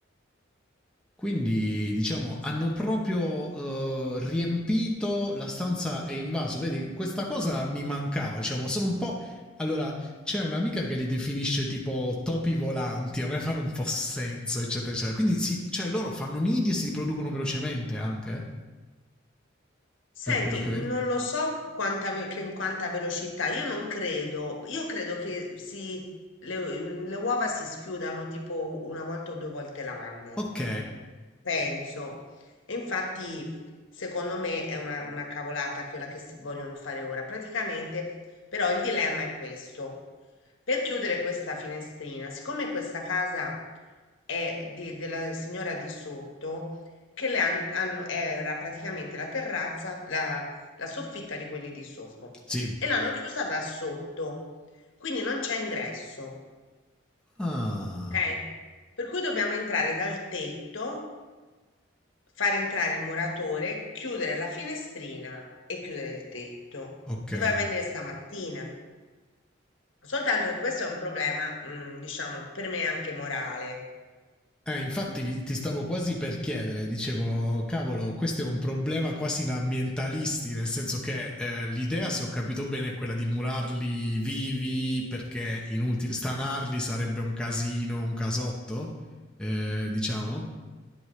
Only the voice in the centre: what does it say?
Quindi diciamo hanno proprio eh, riempito la stanza e invaso. Vedi, questa cosa mi mancava. Diciamo, sono un po'. Allora, c'è un'amica che li definisce tipo topi volanti, a me fanno un po' senso, eccetera, eccetera. Quindi, si, cioè, loro fanno nidi e si riproducono velocemente anche, eh,
per quello che vedi.
Ok,
sì.
Ah,
ok.
Eh, infatti vi- ti stavo quasi per chiedere, dicevo, cavolo, questo è un problema quasi da ambientalisti, nel senso che eh, l'idea, se ho capito bene, è quella di murarli vivi perché inutile stanarli sarebbe un casino, un casotto, eh, diciamo.